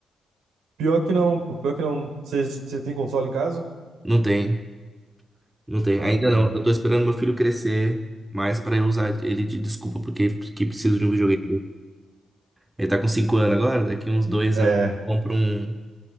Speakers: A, on the right; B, on the right.
A: Pior que não, pô, pior que não. Você tem console em casa?
B: Não tem, não tem.
A: Pode
B: Ainda
A: crer.
B: não. Eu tô esperando meu filho crescer mais pra eu usar ele de desculpa, porque que preciso de um videogame. Ele tá com 5 anos agora, daqui uns dois
A: É,
B: anos eu compro um,